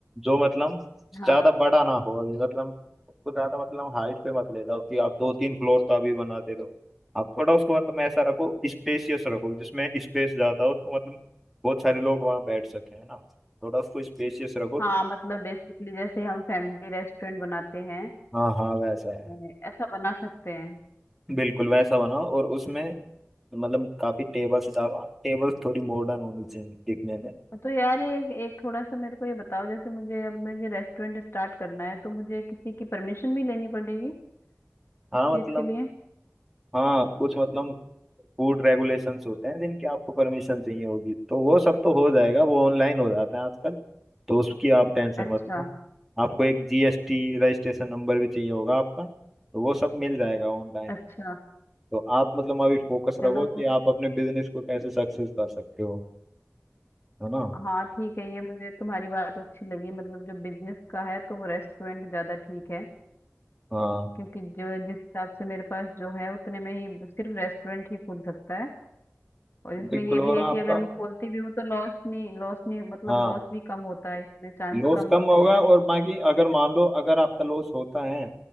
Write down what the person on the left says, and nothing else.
हाँ
हाँ मतलब बेसिकली जैसे हम फैमिली रेस्टोरेंट बनाते हैं
अ, ऐसा बना सकते हैं
तो यार एक एक थोड़ा सा मेरे को ये बताओ जैसे मुझे अब मुझे रेस्टोरेंट स्टार्ट करना है तो मुझे किसी की परमिशन भी लेनी पड़ेगी
उस चीज
के लिए
अच्छा
अच्छा
चलो
हाँ ठीक है ये मुझे तुम्हारी बात अच्छी लगी मतलब जो बिजनेस का है तो वो रेस्टोरेंट ज्यादा ठीक है
क्योंकि जो जिस हिसाब से मेरे पास जो है उतने में ही सिर्फ रेस्टोरेंट ही खुल सकता है और इसमें
ये भी
है कि
अगर मैं खोलती भी हूँ तो लॉस नहीं लॉस नहीं मतलब
लॉस भी कम होता है इसमें चांस
कम
होते
हैं